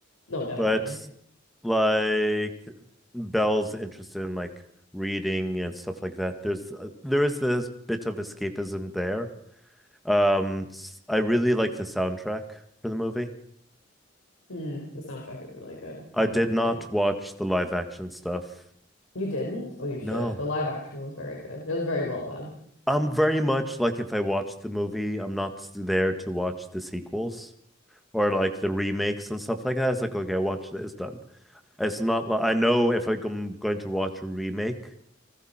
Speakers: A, on the left; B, in the centre.
A: No, definitely.
B: But like Belle's interest in like reading and stuff like that, there's uh, there is this bit of escapism there Um, I really like the soundtrack for the movie.
A: Mm, the soundtrack is really good.
B: I
A: I like
B: did
A: it
B: not
A: too.
B: watch the live action stuff.
A: You didn't? Oh, you should.
B: No.
A: The live action was very good. It was very well done.
B: I'm very much like if I watch the movie, I'm not there to watch the sequels or like the remakes and stuff like that. It's like, okay, I watched it, it's done. It's not like I know if I'm going to watch a remake,